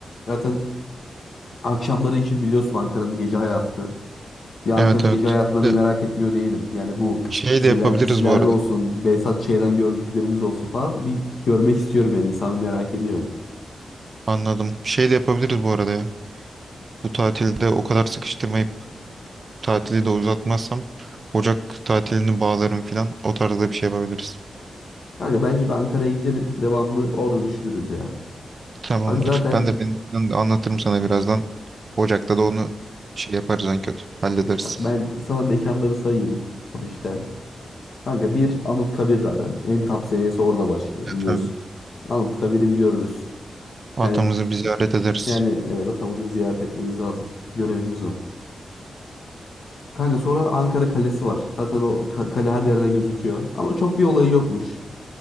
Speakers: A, on the left; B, on the right.
A: Zaten akşamları için biliyorsun Ankara'nın gece hayatını. Bir Ankara'nın
B: Evet evet.
A: gece hayatında
B: De,
A: bir merak etmiyor değilim. Yani bu
B: şey
A: diziler,
B: de yapabiliriz
A: dizilerden
B: bu arada.
A: olsun, Behzat Ç'den gördüklerimiz olsun falan bir görmek istiyorum yani insan bir merak ediyor.
B: Anladım. Şey de yapabiliriz bu arada ya. Bu tatilde o kadar sıkıştırmayıp tatili de uzatmazsam Ocak tatilini bağlarım filan. O tarzda bir şey yapabiliriz.
A: Kanka bence bir Ankara'ya gidelim. Devamını orada düşünürüz ya.
B: Tamamdır.
A: Bak zaten
B: Ben de benim planı anlatırım sana birazdan. Ocak'ta da onu şey yaparız en kötü. Hallederiz.
A: bak ben sana mekanları sayayım hafiften. Kanka bir Anıtkabir zaten. En top seviyesi orada başlıyor
B: Evet,
A: biliyorsun.
B: Tabii.
A: Anıtkabir'i bir görürüz.
B: Atamızı
A: Yani
B: bir ziyaret ederiz.
A: yani evet atamızı bir ziyaret etmemiz lazım. Görevimiz o. Kanka sonra Ankara Kalesi var. Zaten o ka- kale her yerden gözüküyor. Ama çok bir olayı yokmuş.